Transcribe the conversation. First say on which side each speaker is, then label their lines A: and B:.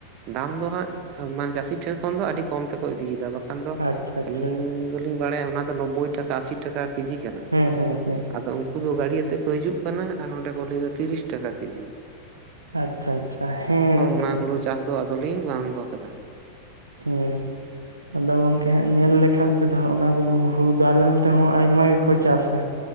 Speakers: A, on the right (about 40°); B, on the right (about 75°).
A: ᱫᱟᱢ ᱫᱚ ᱦᱟᱸᱜ ᱢᱟᱱᱮ ᱪᱟᱹᱥᱤ ᱴᱷᱮᱱ ᱠᱷᱚᱱ ᱫᱚ ᱟᱹᱰᱤ ᱠᱚᱢ ᱛᱮᱠᱚᱼᱼ ᱠᱚ ᱤᱫᱤᱭᱮᱫᱟ ᱵᱟᱠᱷᱟᱱ ᱫᱚ
B: ᱟᱪᱪᱷᱟ ᱟᱪᱪᱷᱟ
A: ᱟᱹᱞᱤᱧ ᱫᱚᱞᱤᱧ ᱵᱟᱲᱟᱭᱟ ᱚᱱᱟ ᱫᱚ ᱱᱚᱵᱵᱳᱭ ᱴᱟᱠᱟ ᱟᱥᱤ ᱴᱟᱠᱟᱼᱼ ᱠᱤᱡᱤ ᱠᱟᱱᱟ᱾
B: ᱦᱮᱸ ᱦᱮᱸ ᱦᱮᱸ
A: ᱟᱫᱚ ᱩᱱᱠᱩ ᱫᱚ ᱜᱟᱲᱤᱭᱟᱛᱮ ᱠᱚ ᱦᱤᱡᱩᱜ ᱠᱟᱱᱟ ᱟᱨ ᱱᱚᱸᱰᱮ ᱠᱚ ᱞᱟᱹᱭᱮᱫᱟ ᱛᱤᱨᱤᱥ ᱴᱟᱠᱟ ᱠᱤᱡᱤ᱾
B: ᱟᱪᱪᱷᱟ ᱟᱪᱪᱷᱟ ᱦᱮᱸ
A: ᱚᱱᱟ
B: ᱜᱚᱢᱠᱮ᱾
A: ᱦᱩᱲᱩ ᱪᱟᱥ ᱫᱚ ᱟᱫᱚᱞᱤᱧ ᱵᱟᱱᱫᱚ ᱠᱮᱫᱟ᱾
B: ᱦᱩᱸ᱾ ᱟᱫᱚ ᱜᱚᱢᱠᱮ ᱦᱟᱸᱜ ᱧᱮᱞ ᱞᱮᱠᱷᱟᱱ ᱛᱮᱫᱚ ᱦᱟᱸᱜ ᱚᱱᱟ ᱦᱩᱲᱩ ᱫᱚ ᱟᱞᱮ ᱱᱚᱛᱮ ᱦᱚᱸ ᱟᱭᱢᱟ ᱜᱮᱠᱚ ᱪᱟᱥᱟ᱾